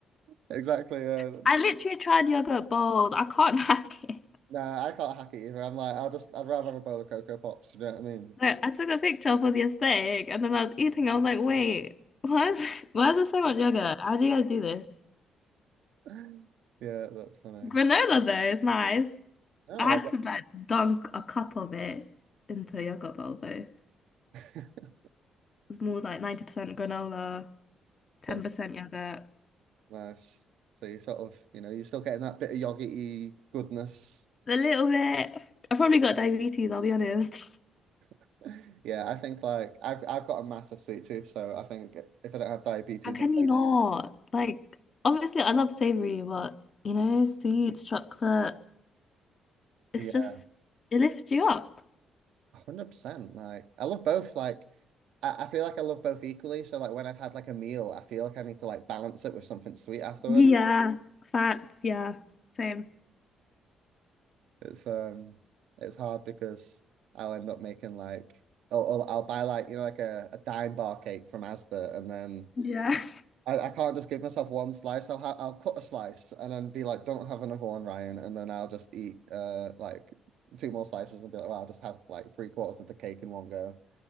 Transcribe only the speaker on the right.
Exactly. Yeah.
Nah, I can't hack it either. I'm like I'll just I'd rather have a bowl of Cocoa Pops. You know what I mean?
<laughs> Yeah, that's funny.
Oh,
well,
yeah.
<laughs> that's
nice. So you sort of you know you're still getting that bit of yogi good goodness.
<laughs> Yeah, I think like I've I've got a massive sweet tooth, so I think if I don't have diabetes,
I'm
definitely
gonna
yeah,
100%. Like I love both. Like I, I feel like I love both equally. So like when I've had like a meal, I feel like I need to like balance it with something sweet afterwards.
It's um it's hard because I'll end up making like oh, I'll buy like you know like a, a dime bar cake from Asda and then
I, I can't just give myself one slice. I'll ha I'll cut a slice and then be like, don't have another one, Ryan. And then I'll just eat uh like two more slices and be like, well, I'll just have like three quarters of the cake in one go.